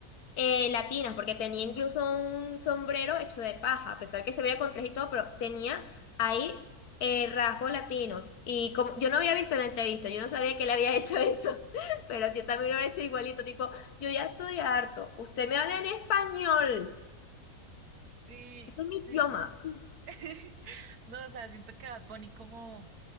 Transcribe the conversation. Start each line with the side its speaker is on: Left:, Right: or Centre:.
Left: eh, latinas, porque tenía incluso un sombrero hecho de paja, a pesar que se veía con traje y todo, pero tenía ahí eh, rasgos latinos. Y como yo no había visto la entrevista, yo no sabía que él había hecho eso, <laughs> pero yo también lo he hecho igualito, tipo, yo ya estudié harto, usted me habla en español,
Right: Sí,
Left: ese es mi
Right: sí.
Left: idioma.
Right: <laughs> No, o sea, siento que Bad Bunny como,